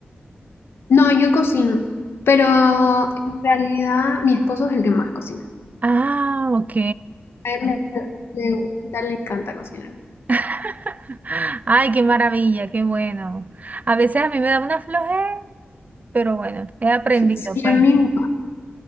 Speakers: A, on the left; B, on the right.
A: No, yo cocino, pero en realidad mi esposo es el que más cocina.
B: Ah, ok.
A: A él le, le gusta, le encanta cocinar.
B: <laughs> Ay, qué maravilla, qué bueno. A veces a mí me da una flojera, pero bueno, he aprendido,
A: <laughs> Sí,
B: pues.
A: a mí.